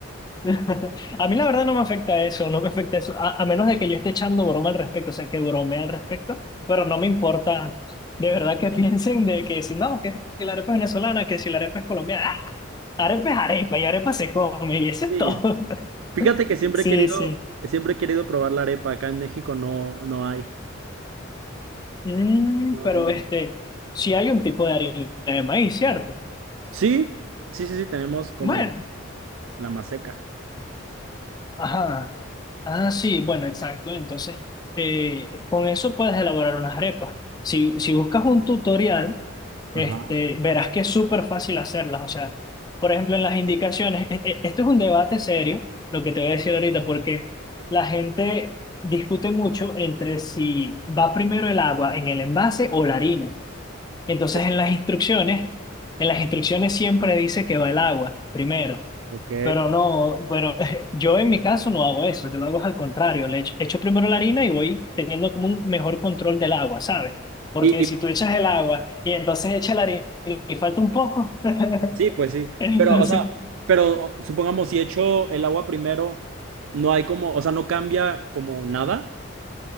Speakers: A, on the left; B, on the right.
A: <laughs> A mí la verdad no me afecta eso, no me afecta eso, a, a menos de que yo esté echando broma al respecto, o sea, que bromee al respecto, pero no me importa de verdad que <laughs> piensen de que si no, que si la arepa es venezolana, que si la arepa es colombiana, ¡ah! arepa es arepa y arepa se come y eso
B: Sí,
A: es todo. <laughs>
B: fíjate que siempre
A: Sí,
B: he querido,
A: sí.
B: siempre he querido probar la arepa, acá en México no, no hay.
A: Mm,
B: No.
A: pero este, si hay un tipo de harina de maíz, ¿cierto?
B: Sí, sí, sí, sí, tenemos como
A: Bueno,
B: la maseca.
A: ajá. Ah, sí, bueno, exacto. Entonces, eh, con eso puedes elaborar unas arepas. Si, si buscas un tutorial, este,
B: Ajá.
A: verás que es súper fácil hacerlas. O sea, por ejemplo, en las indicaciones, e- e- esto es un debate serio, lo que te voy a decir ahorita, porque la gente discute mucho entre si va primero el agua en el envase o la harina. Entonces,
B: Es-
A: en las instrucciones, en las instrucciones siempre dice que va el agua primero.
B: ok.
A: Pero no, bueno, <laughs> yo en mi caso no hago eso, yo lo hago al contrario, le echo, echo primero la harina y voy teniendo como un mejor control del agua, ¿sabes? Porque
B: Y,
A: si
B: y
A: tú echas el agua y entonces echas la harina y falta un poco, <laughs>
B: sí, pues sí,
A: entonces,
B: pero, o sea, pero o- supongamos si echo el agua primero, no hay como, o sea, no cambia como nada,